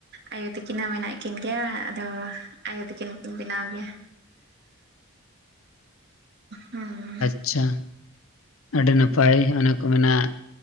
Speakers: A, on the right; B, on the left.
A: ᱟᱭᱳ ᱛᱤᱠᱤᱱ ᱦᱚᱸ ᱢᱮᱱᱟᱜ ᱠᱤᱱ ᱜᱮᱭᱟ, ᱟᱫᱚ ᱟᱭᱳ ᱛᱤᱠᱤᱱ ᱠᱤᱱ ᱵᱮᱱᱟᱣ ᱜᱮᱭᱟ᱾ ᱦᱩᱸ
B: ᱟᱪᱪᱷᱟ ᱟᱹᱰᱤ ᱱᱟᱯᱟᱭ ᱚᱱᱮ ᱠᱚ ᱢᱮᱱᱟ